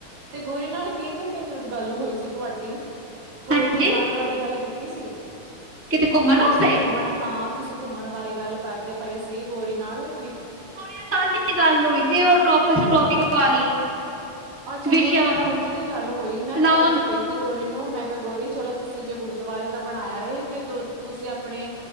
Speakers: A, on the right; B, in the centre.
A: ਤੇ ਗੋਰੀ ਨਾਲ਼ ਕੀਦੀ ਤਿੰਨ ਗੱਲ ਹੋਈ ਸੀ ਤੁਹਾਡੀ ਗੋਰੀ
B: ਹਾਂਜੀ
A: ਨੇ ਜਾਣ ਬਾਰੇ ਗੱਲ ਕੀਤੀ ਸੀ
B: ਕਿਤੇ ਘੁੰਮਣ
A: ਉਹ
B: ਵਾਸਤੇ
A: ਤੁਸੀਂ ਘੁੰਮ ਘੁੰਮਣ ਹਾਂ ਤੁਸੀਂ ਘੁੰਮਣ ਬਾਰੇ ਗੱਲ ਕਰਦੇ ਪਏ ਸੀ ਗੋਰੀ ਨਾਲ ਕੀ
B: ਗੋਰੀ ਨਾਲ ਗੱਲ ਹੋਈ ਸੀ ਉਹ ਟੋਪਸ ਟੋਪਿਕ ਵਾਲੀ।
A: ਅੱਛਾ
B: ਵਿਸ਼ੇ
A: ਗੋਰੀ
B: ਵਾਸਤੇ
A: ਨਾਲ਼ ਉਝ ਦੀ ਗੱਲ ਹੋਈ ਮੈਂ
B: ਨਾ
A: ਕਹਿੰਦੀ
B: ਉਹ-
A: ਪਈ ਫਿਰ ਗੋਰੀ ਨੂੰ ਮੈਂ ਕਿਹਾ ਗੋਰੀ ਚਲੋ ਤੁਸੀ ਜੇ ਗੁਰਦੁਆਰੇ ਦਾ ਬਣਾਇਆ ਹੈ ਤੇ ਤੁਸੀਂ ਆਪਣੇ